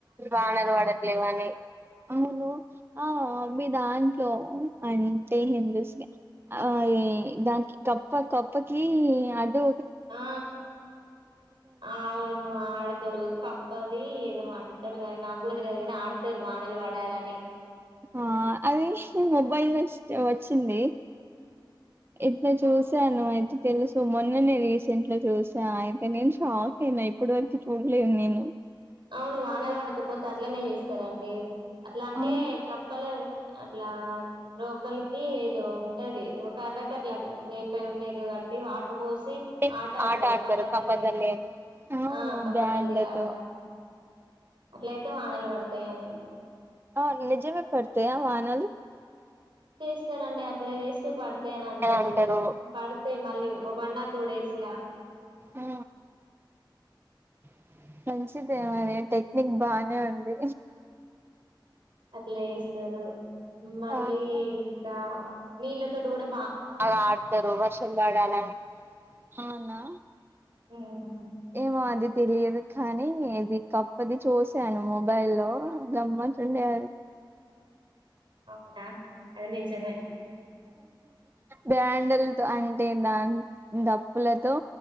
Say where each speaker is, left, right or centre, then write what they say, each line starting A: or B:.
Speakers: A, on the right (about 30°); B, on the right (about 75°).
A: వానలు పడట్లేవని అవును ఆ మీ దాంట్లో అని తే హిందూస్మే అది దానికి కప్ప కప్పకి అడ్డు
B: ఆ అవును ఆడతారు కప్ పది ఏదో అంటర్గనీ నాకు కుడా తెలియదు గనీ ఆడతరు వానలు పడాలని
A: ఆ అదిష్ట్ మొబైలిస్ట్ వచ్చింది ఇట్లా
B: ఆ
A: చూశాను అయితే తెలుసు మొన్న నే రీసెంట్ లో చూసా అయితే నేను షాక్ అయిన ఇప్పటి వరకు చూడ్లేదు నేను
B: అవును వానలు పడకపోతే అట్లనే చేస్తారండి అట్లా అంటే
A: అవునులే
B: కప్పల అట్లా రోకల్కి ఎదో ఉంటది ఒక కర్రకట్లగా వేపయి ఉన్న ఇల్లు కట్టి వాటర్ పోస్
A: అంటే
B: ఆట ఆడ్తారు
A: ఆడతారు
B: కప్పజల్లి
A: కప్పదళ్ళి అని అవును
B: ఆ కప్పజల్లి
A: బ్యాండ్లతో
B: ఆట అట్లయితే వానలు పడతాయని
A: ఆ నిజమే పడ్తయా వానలు
B: చేస్తారండి అట్లా చేస్తే పడతాయని అంటరు
A: అని అంటారు
B: పడితే మళ్ళీ వన్ ఆర్ టూ డేస్లా
A: ఆ <unintelligible> ఇంతే మరి టెక్నిక్ బానే ఉంది.
B: అట్లా చేస్తారు మళ్ళీ
A: ఆహా
B: ఇంకా నీళ్ళతోటి కుడా
A: బాగా ఆడతరు వర్షం పడాలని అవునా
B: ఉమ్.
A: ఏమో అది తెలియదు కానీ ఇది కప్పది చూస్ చూసాను మొబైల్ల్లో గమ్మత్ ఉండే అది
B: అవునా అది నిజమే
A: బ్యాండిల్ అంటే దాన్ డప్పులతో